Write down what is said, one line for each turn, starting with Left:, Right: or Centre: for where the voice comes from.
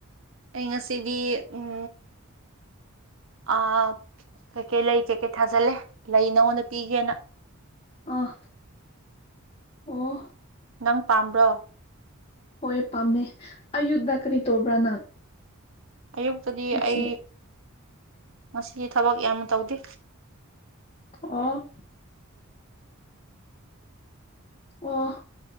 Right: ꯑꯩ ꯉꯁꯤꯗꯤ ꯎꯝ ꯑ ꯀꯩꯀꯩ ꯂꯩ ꯀꯩꯀꯩ ꯊꯥꯖꯜꯂꯦ ꯂꯩ ꯅꯉꯣꯟꯗ ꯄꯤꯒꯦꯅ
Left: ꯑꯥ ꯑꯣ
Right: ꯅꯪ ꯄꯥꯝꯕ꯭ꯔꯣ
Left: ꯍꯣꯏ ꯄꯥꯝꯅꯦ ꯑꯌꯨꯡꯗ ꯀꯔꯤ ꯇꯧꯕ꯭ꯔꯥ ꯅꯪ
Right: ꯑꯌꯨꯛꯇꯗꯤ
Left: ꯉꯁꯤ
Right: ꯑꯩ ꯉꯁꯤꯗꯤ ꯊꯕꯛ ꯌꯥꯝ ꯇꯧꯗꯦ
Left: ꯑꯣ ꯑꯣ